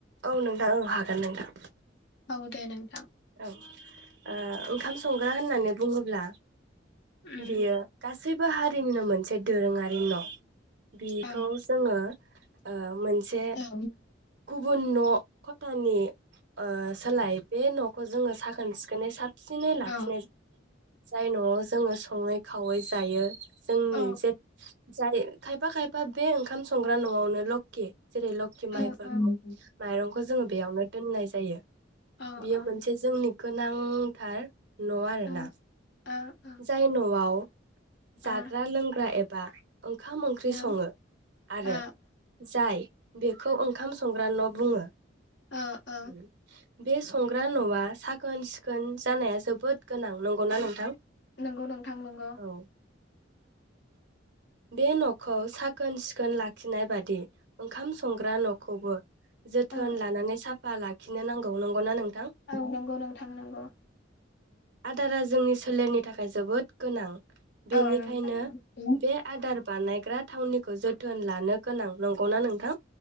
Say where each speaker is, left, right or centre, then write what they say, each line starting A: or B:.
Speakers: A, on the right; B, on the left.
A: औ नोंथां औ हागोन नोंथां।
B: औ दे नोंथां
A: औ ओ ओंखाम संग्रा होननानै बुङोब्ला।
B: उम
A: बियो गासै। बो हारिनिनो मोनसे दोरोङारि न'। बेखौ
B: औ
A: जोङो ओ मोनसे
B: औ
A: गु गुबुन न' खथानि। ओ सोलाय बे न' खौ जोङो साखोन सिखोनै साब सिनै लाखिनाय
B: औ
A: जाय न जोङो सङै खावै जायो। जोंनि
B: औ
A: जे जाय खायफा खायफा बे ओंखाम संग्रा न'आवनो लखि जेरै लोखि
B: औ
A: माइफोरखौ माइरंखौ जोङो बेयावनो दोननाय जायो
B: औ
A: बेयो
B: औ
A: मोन से जोंनि गोनांथार। न आरो
B: औ
A: ना।
B: ओ। ओ
A: जाय न'आव।
B: ओ
A: जाग्रा लोंग्रा एबा। ओंखाम ओंख्रि
B: ओ
A: सङो आरो,
B: ओ
A: जाय बेखौ ओंखाम संग्रा न' बुङो।
B: ओ ओ
A: <unintelligible> बे संग्रा न'आ साखोन सिखोन जानाया जोबोद गोनां नंगौना नोंथां
B: नंगौ नोंथां नंगौ
A: औ ओ। बे न'खौ साखोन सिखोन लाखिनाय बादि। खाम संग्रा न'खौबो जोथोन
B: औ
A: लानानै साफ फा लाखिनो नांगौ नंगौना नोंथां?
B: औ नंगौ नोंथां नंगौ
A: आदारा जोंनि सोलेरनि थाखाय जोबोद गोनां। बेनिखायनो
B: औ नोंथां नंगौ
A: बे आदार बानायग्रा थावनि। खो जोथोन लानो गोनां नंगौना नोंथां?